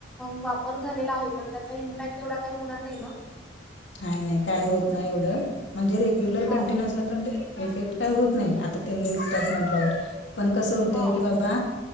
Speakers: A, in the centre; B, on the left.
A: वापर झालेला आहे तर त्याचा इम्पॅक्ट एवढा काही होणार नाही ना
B: नाही, नाही काय होत नाही एवढं म्हणजे रेग्युलर
A: हा
B: कंटिन्यू अस म्हणजे इफेक्ट काही होत नाही आता त्यांनी विकतात म्हटल्यावर पण कस होतय
A: हा
B: की बाबा